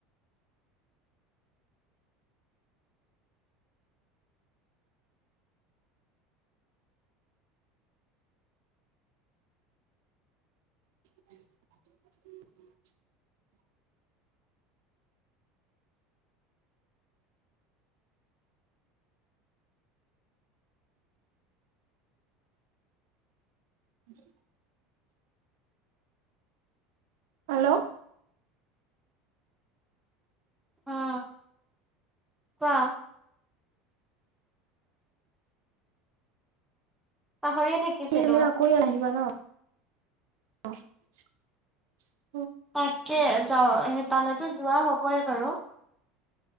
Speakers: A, on the right; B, in the centre.
A: <unintelligible> উ <unintelligible> হেল্লো <inaudible>
B: অহ কোৱা <inaudible> পাহৰিয়ে
A: স
B: থাকিছিলো
A: তমি আকৌ ইয় আহিবা ন <unintelligible> অ <inaudible>
B: তাকে যাও সেই তালৈকে যোৱা হওক। হবয়ে বাৰু।